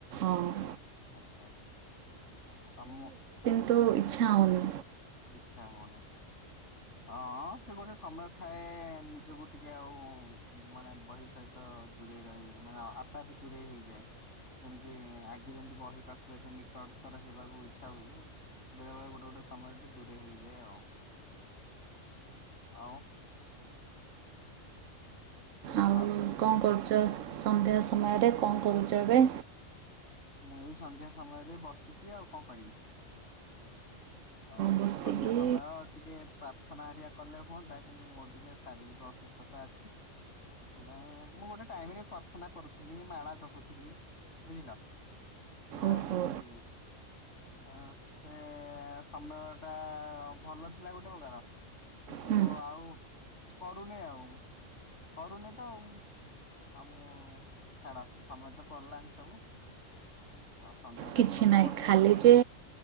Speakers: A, on the right; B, on the left.
A: ଆଉ ସ
B: ଆଚ୍ଛା ଆଚ୍ଛା ତମୋ
A: ତ ଇଚ୍ଛା ହୋଉନି।
B: ଇଚ୍ଛା ହୋଉନି? ହଁ ସେ ଗୋଟେ ସମୟ ଥାଏ ନିଜକୁ ଟିକେ ଆଉ ମାନେ ବହି ସହିତ ତ ଦୂରେଇ ରହି ମାନେ ଆପେ ଆପେ ଦୂରେଇ ହେଇଯାଏ। ଯେମିତି ଆଗେ ଯେମିତି ବହି ପାଖକୁ ଏତେ ନିକଟତର ହେବାକୁ ଇଚ୍ଛା ହୁଏ ବେଳେ ବେଳେ ଗୋଟେ ଗୋଟେ ସମୟରେ ଟିକେ ଦୂରେଇ ହେଇଯାଏ ଆଉ। ଆଉ?
A: ଆଉ
B: ହ <inaudible>
A: କଣ କରୁଚ ସନ୍ଧ୍ୟା ସମୟରେ କଣ କରୁଚ ଏବେ?
B: ମୁଁ ଏଇ ସନ୍ଧ୍ୟା ସମୟରେ ବସିଛି ଆଉ କଣ କରିବି। ଆଉ
A: ବସିକି
B: ସନ୍ଧ୍ୟା ସମୟ ଟିକେ ପ୍ରା ଥନା ହେରିଆ କଲେ ହୁଅନ୍ତା କିନ୍ତୁ ମୋର ଟିକେ ଶାରୀରିକ ଅସୁସ୍ଥତା ଅଛି। ସେଥିପାଇଁ ମୁଁ ଗୋଟେ ଟାଇମ୍ ରେ ପ୍ରାର୍ଥନା କରୁଥିଲି ମାଳା ଜପୁଥିଲି ବୁଝିଲ? ଆଉ
A: ଓହୋ
B: ହୋଉଛି ଆ ସେ ସମୟ ଟା ଭଲ ଥିଲା ଗୋଟେ ପକାର। କିନ୍ତୁ
A: ହୁଁ
B: ଆଉ କରୁନି ଆଉ କରୁନି ତ ଆଉ। ଆଉ ମୁଁ ଛାଡ ସମୟ ତ ପଳେଇଲାନି ସବୁ। ଆଉ ସନ୍ଧ୍ୟା ଟାଇମ
A: କିଛି
B: କଥା
A: ନାହିଁ
B: କହିଲ
A: ଖାଲି
B: ବୋଲି ମୁଁ କହିଲି।
A: ଯେ